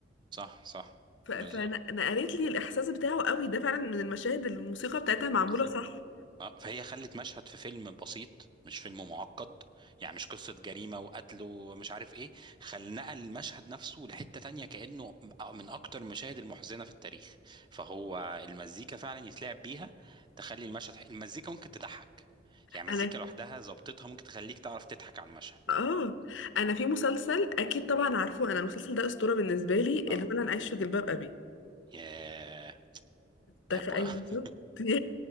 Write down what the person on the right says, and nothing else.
صح صح
بالظبط
بالظبط
اه فهي خلت مشهد في فيلم بسيط مش فيلم معقد يعني مش قصة جريمة وقتل ومش عارف ايه خل نقل المشهد نفسه لحتة تانية كأنه من أكتر المشاهد المحزنة في التاريخ فهو المزيكا فعلا يتلعب بيها تخلي المشهد حي... المزيكا ممكن تضحك يعني
مزيكا لوحدها ظبطتها ممكن تخليك تعرف تضحك على المشهد
اه
ياه
بحبه قوي